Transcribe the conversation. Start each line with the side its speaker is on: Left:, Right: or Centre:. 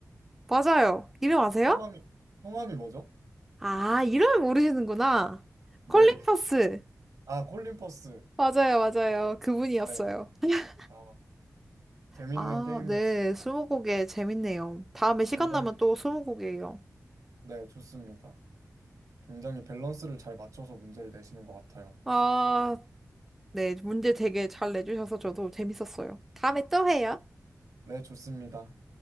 Centre: 맞아요. 이름 아세요?
Right: 성함이, 성함이 뭐죠?
Centre: 아, 이름을 모르시는구나.
Right: 네.
Centre: 콜린 퍼스.
Right: 아, 콜린 퍼스.
Centre: 맞아요, 맞아요. 그분이었어요.
Right: 네.
Centre: <laughs>
Right: 아, 재밌는
Centre: 아,
Right: 게임이었습니다.
Centre: 네. 스무고개 재밌네요. 다음에 시간
Right: 굉장히,
Centre: 나면 또 스무고개예요.
Right: 네, 좋습니다. 굉장히 밸런스를 잘 맞춰서 문제를 내시는 것 같아요.
Centre: 아, 네. 문제 되게 잘 내주셔서 저도 재밌었어요. 다음에 또 해요.
Right: 네, 좋습니다.